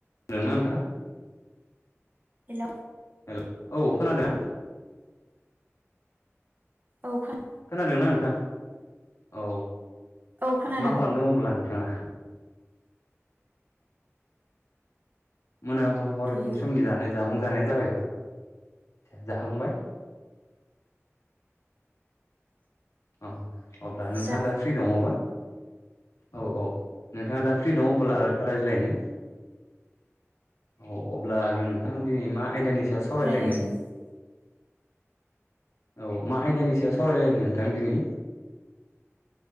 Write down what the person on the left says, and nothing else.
खोनादों ना नोंथाङा?
हेल औ खोनादों ना?
खोनादोंना नोंथाङा औ
मा खालामदों अब्ला नोंथाङा? मोना ह-ह- हरनि
समनि जानाय जामुं जानाया जाबायबा? जाखांबाय? अ अब्ला नोंथाङा
दा फ्रि दङबा? औ औ नोंथाङा दा फ्रि दं अबोला रायज्लायनो? औ अब्ला जों नोंथाङा दिनै मा आयदानि सायाव सावरायलायनो?
औ मा आयदानि सायाव सावरायलायनो? थां दिनै